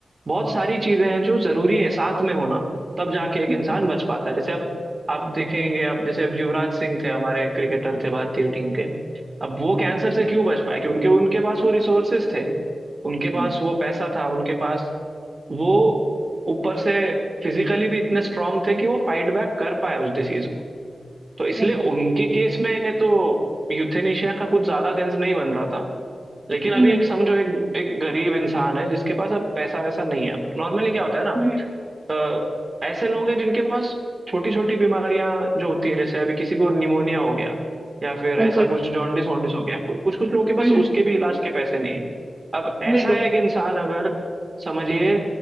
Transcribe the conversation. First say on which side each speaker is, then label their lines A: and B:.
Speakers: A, on the right; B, on the right.
A: बहुत सारी चीजें हैं जो जरूरी है साथ में होना तब जाके एक
B: हम्म
A: इंसान
B: हम्म
A: बच पाता है जैसे अब आप देखेंगे अब जैसे अब युवराज सिंह थे हमारे क्रिकेटर थे भारतीय टीम के अब वो
B: हम्म
A: कैंसर से क्यों बच पाए क्योंकि उनके पास वो रिसोर्सेस थे उनके पास
B: हम्म,
A: वो पैसा था उनके पास वो ऊपर से फिजिकली भी इतने स्ट्रांग थे कि वो फाइट बैक कर पाए उस डिसीज को तो इसलिए
B: बिल्कुल
A: उनके केस में तो यूथेनेशिया का कुछ ज्यादा सेंस नहीं बन रहा था लेकिन अभी
B: हम्म
A: एक समझो एक एक गरीब इंसान है जिसके पास अब पैसा वैसा नहीं है नॉर्मली क्या होता है ना
B: हम्म हम्म,
A: अ, ऐसे लोग हैं जिनके पास छोटी छोटी बीमारियां जो होती हैं जैसे अभी किसी को निमोनिया हो गया या फिर
B: बिल्कुल
A: ऐसा कुछ जॉन्डिस वॉन्डिस हो गया कुछ कुछ लोगों के पास
B: हम्म हम्म,
A: उसके भी इलाज के पैसे नहीं है अब ऐसा
B: बिल्कुल
A: है कि इंसान अगर समझिए